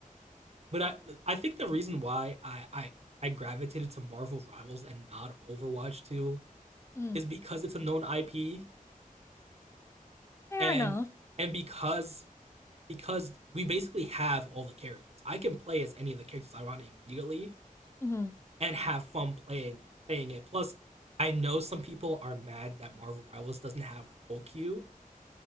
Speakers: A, on the right (about 45°); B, on the left (about 20°).
A: but I I think the reason why I I I gravitated to Marvel Rivals and not Overwatch 2
B: Mm,
A: is because it's a known IP
B: fair
A: and
B: enough.
A: and because because we basically have all the characters. I can play as any of the characters I want immediately
B: hmm
A: and have fun playing playing it. Plus, I know some people are mad that Marvel Rivals doesn't have roll queue,